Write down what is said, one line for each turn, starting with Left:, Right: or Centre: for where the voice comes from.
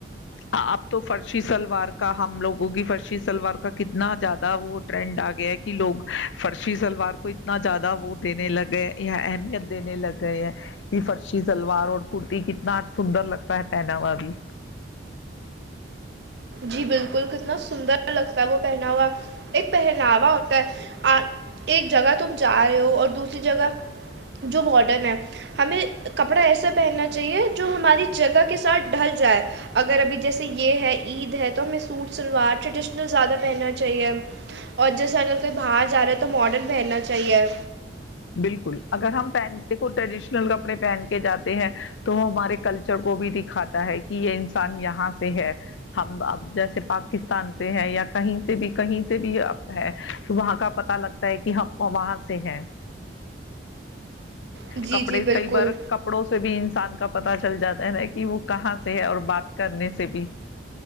Left: اب تو فرشی سلوار کا ہم لوگوں کی فرشی سلوار کا کتنا زیادہ وہ ٹرینڈ آ گیا کہ لوگ فرشی سلوار کو اتنا زیادہ وہ دینے لگ گئے یا اہمیت دینے لگ گئے ہیں کہ فرشی سلوار اور کرتی کتنا سندر لگتا ہے پہنا والی
Right: جی بالکل کتنا سندر لگتا ہے وہ پہنا ہوا ایک پہناوا ہوتا ہے ایک جگہ تم جا رہے ہو اور دوسری جگہ جو بارڈرن ہے ہمیں کپڑا ایسا پہننا چاہیے جو ہماری جگہ کے ساتھ ڈھل جائے اگر ابھی جیسے یہ ہے عید ہے تو ہمیں سوٹ شلوار ٹریڈیشنل زیادہ پہننا چاہیے اور جیسے اگر کوئی باہر جا رہا ہے تو ماڈرن پہننا چاہیے
Left: بالکل اگر ہم پن دیکھو ٹریڈیشنل کپڑے پہن کے جاتے ہیں تو وہ ہمارے کلچر کو بھی دکھاتا ہے کہ یہ انسان یہاں سے ہے ہم اب جیسے پاکستان سے ہے یا کہیں سے بھی کہیں سے بھی اب ہے تو وہاں کا پت لگتا ہے کہ ہم وہاں سے ہے
Right: جی
Left: کپڑے
Right: جی بالکل
Left: کئی بار کپڑوں سے بھی انسان کا پتا چل جاتا ہے نا کہ وہ کہاں سے ہے اور بات کرنے سے بھی